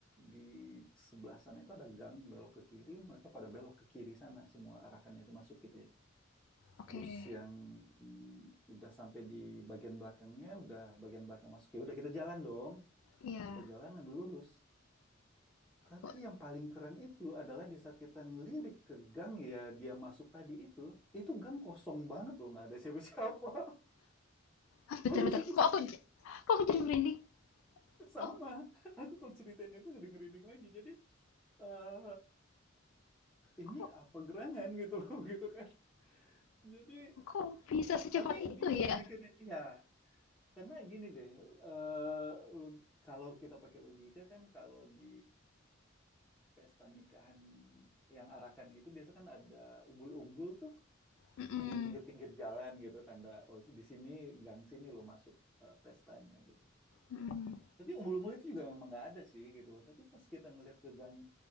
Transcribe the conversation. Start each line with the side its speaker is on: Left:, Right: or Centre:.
Centre: di sebelah sana itu ada gang belok ke kiri. Mereka pada belok ke kiri sana semua harakannya itu masuk gitu ya.
Left: Oke.
Centre: Terus yang mm, udah sampai di bagian belakangnya, udah bagian belakang masuk ya udah kita jalan dong.
Left: Iya.
Centre: Kita jalan ambil lurus. Tapi
Left: Oh,
Centre: yang paling keren itu adalah di saat kita ngelirik ke gang ya dia masuk tadi itu, itu gang kosong banget loh nggak ada siapa-siapa.
Left: ah,
Centre: <laughs>
Left: bentar,
Centre: Habis
Left: bentar.
Centre: itu
Left: Kok
Centre: kan
Left: aku j- kok aku jadi merinding?
Centre: sama.
Left: Oh,
Centre: Aku kalau ceritain itu jadi ngerinding lagi. Jadi eh ini
Left: kok,
Centre: apa gerangan gitu loh <laughs> gitu kan. Jadi
Left: kok bisa secepat
Centre: kami
Left: itu
Centre: diam
Left: ya?
Centre: akhirnya. Iya, karena gini deh. eh, log- kalau kita pakai logika kan kalau di pesta nikahan yang arakan gitu biasa kan ada umbul-umbul tuh.
Left: Hmm,
Centre: di pinggir-pinggir jalan gitu tanda oh di sini gang sini lo masuk eh, pestanya gitu
Left: hmm.
Centre: tapi umbul-umbul itu juga memang nggak ada sih gitu tapi pas kita ngelihat ke gang